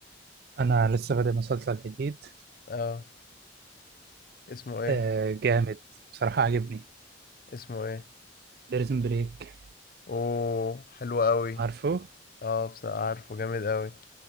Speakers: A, on the right; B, on the left.
A: انا لسه بادئ مسلسل جديد
B: اه اسمه ايه
A: آه جامد بصراحه عجبني
B: اسمه ايه
A: بريزون بريك
B: اوه حلو أوي
A: عارفه
B: اه بصراحة عارفه جامد أوي